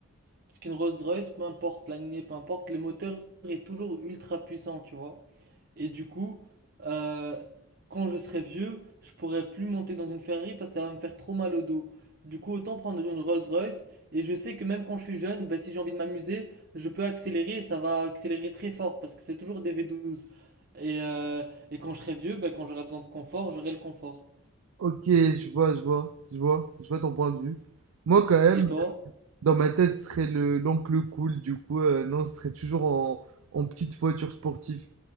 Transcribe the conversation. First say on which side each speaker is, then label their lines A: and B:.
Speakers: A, on the right; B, on the right.
A: Parce qu'une Rolls-Royce, peu importe l'année, peu importe, le moteur est toujours ultra puissant, tu vois. Et du coup, euh, quand je serai vieux, je pourrai plus monter dans une Ferrari parce que ça va me faire trop mal au dos. Du coup, autant prendre une Rolls-Royce. Et je sais que même quand je suis jeune, bah, si j'ai envie de m'amuser, je peux accélérer et ça va accélérer très fort parce que c'est toujours des V12. Et, euh, et quand je serai vieux, bah, quand j'aurai besoin de confort, j'aurai le confort.
B: Ok, je vois, je vois, je vois, je vois ton point de vue. Moi, quand même,
A: Et toi?
B: dans ma tête, ce serait le l'oncle cool. Du coup, euh, non, ce serait toujours en, en petite voiture sportive.